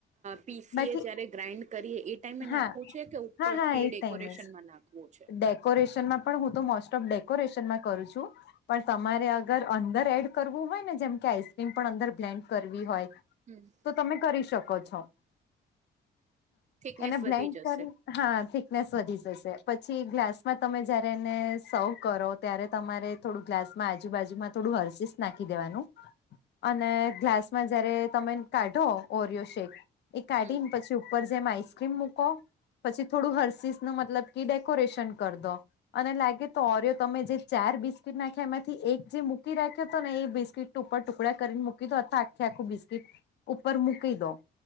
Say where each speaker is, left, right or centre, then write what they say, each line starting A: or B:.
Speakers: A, on the right; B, on the left.
A: પીસીએ
B: બાકી
A: જયારે ગ્રાઇન્ડ કરીએ, એ ટાઈમે નાખવું
B: હા
A: છે. ઉપર
B: હા હા
A: થી
B: એ
A: ડેકોરેશન
B: ટાઈમે જ
A: માં વું છું.
B: ડેકોરેશનમાં પણ હું તો મોસ્ટ ઓફ ડેકોરેશનમાં કરું છું. પણ તમારે અગર અંદર એડ કરવું હોય ને, જેમ કે તમારે આઈસક્રીમ પણ અંદર બ્લેન્ડ કરવી હોય.
A: હમ..
B: તો તમે કરી શકો છો.
A: થિકનેસ
B: એને બ્લેન્ડ
A: વધી જશે
B: કરી ને હા થીક નેસ વધી જશે. પછી ગ્લાસમાં જયારે એને સર્વ ત્યારે તમારે થોડું ગ્લાસમાં આજુબાજુમાં થોડું હર્સીિસ નાખી દેવાનું. અને ગ્લાસમાં જયારે તમે કાઢો ઓરિયો શેક એ કાઢી
A: હમ
B: ને થોડું ઇસેકરેઅમ મુકો, ને થોડું હરસિસ ને મતલબ કે ડેકોરેશન કર દો. અને લાગે તો ઓરિયો તમે જે ચાર બિસ્કીટ નાખ્યા, એમાંથી એક જે મૂકી રાખ્યો હતો, ને એ બિસ્કીટ ઉપર ટુકડા કરીને મૂકી દો, અથવા આખી આખું બિસ્કીટ ઉપર મૂકી દો.